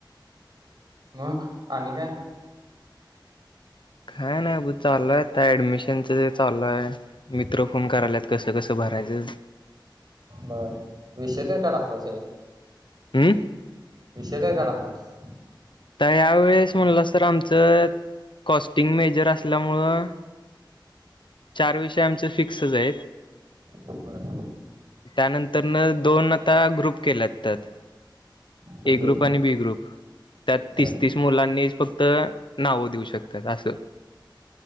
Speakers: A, on the right; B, on the left.
A: मग आणि काय?
B: काय नाही बग चालूय आता ऍडमिशनच चालुय. मित्र फोन कराल्यात कसं कसं भरायचं?
A: बर. विषय काय काय टाकलास ह्यावेळी?
B: हम्म.
A: विषय काय काढालायस?
B: तर यावेेळेस म्हणलं तर आमचं कॉस्टिंग मेजर असल्यामुळं चार विषय आमच फिक्सच आहेत.
A: बर
B: त्यानंतर न दोन आता ग्रुप केल्यात त्यात.
A: म्हणजे
B: ए ग्रुप आणि बी ग्रुप त्यात
A: बर
B: तीस तीस मुलांनी फक्त नावं देऊ शकतात असं.